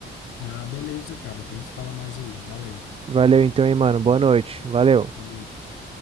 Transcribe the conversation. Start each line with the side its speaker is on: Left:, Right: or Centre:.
Left: Ah, beleza, cara. Depois a gente se fala mais aí. Valeu.
Right: Valeu então, hein, mano. Boa noite. Valeu.
Left: Boa noite.